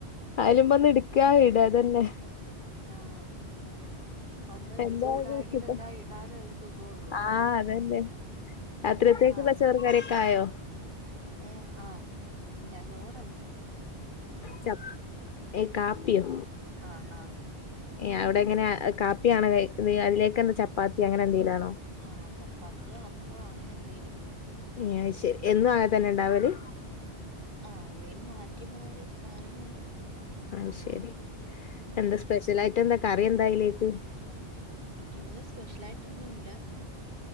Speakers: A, on the left; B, on the right.
A: അയല്മന്ന്എടുക്ക ഇടതന്നെ
B: ആഹ ഒന്ന്
A: എന്തായാലും
B: ചൂടായങ്കില്
A: സുഖം
B: എല്ലാ ഇടാനും സുഗു ഒള്ളൂ
A: ആഹ്
B: ഇത് തന്നെ
A: അതന്നെ രാത്രിത്തേക്കുള്ള
B: ഇത് തന്നെ മ
A: ചോറും കറിയൊക്കെ ആയോ
B: ഏ ആ ഇത് <unintelligible>
A: ച്ച ഏ കാപ്പിയോ
B: ആഹ ആഹ
A: ഏ അവിടെ എങ്ങനെ കാപ്പിയാണ് അതിലേക്ക് എന്ത ചപ്പാത്തി അങ്ങനെ എന്തെങ്കലും ആണോ
B: ആ ചപ്പാത്തിയ അപ്പോ അങ്ങനെ എന്തെങ്കിലും
A: എന്നാ ശരി എന്നും അങ്ങനെ തന്നെ ഉണ്ടാവല്
B: ആഹ എന്തേലും മാറ്റി മാറി മാറി മാറി
A: ആഹ ശരി
B: ഉം
A: എന്താ സ്പെഷ്യലായിട്ട് എന്താ കറി എന്താ അയ്യിലേക്ക്
B: ഇന്ന് സ്പെഷ്യലായിട്ട് ഒന്നും ഇല്ല